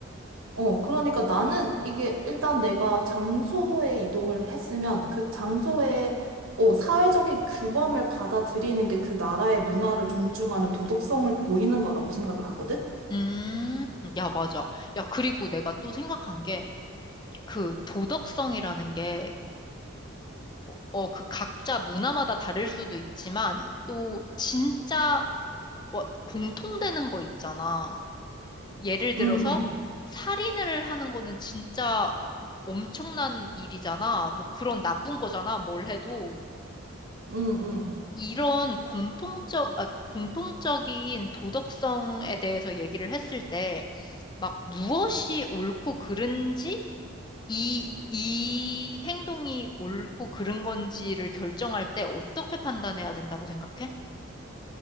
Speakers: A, on the right; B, on the left.
A: 어, 그러니까 나는 이게 일단 내가 장소에 이동을 했으면 그 장소에 어, 사회적인 규범을 받아들이는 게 그 나라의 문화를 존중하는 도덕성을 보이는 거라고 생각을 하거든?
B: 음, 야, 맞아. 야, 그리고 내가 또 생각한 게, 그 도덕성이라는 게, 어, 어, 그 각자 문화마다 다를 수도 있지만, 또 진짜 어, 공통되는 거 있잖아. 예를 들어서
A: 응, 응,
B: 살인을 하는 거는 진짜 엄청난 일이잖아. 뭐 그런 나쁜 거잖아. 뭘 해도.
A: 응, 응.
B: 이런 공통적, 아, 공통적인 도덕성에 대해서 얘기를 했을 때, 막 무엇이 옳고 그른지, 이, 이 행동이 옳고 그른 건지를 결정할 때 어떻게 판단해야 된다고 생각해?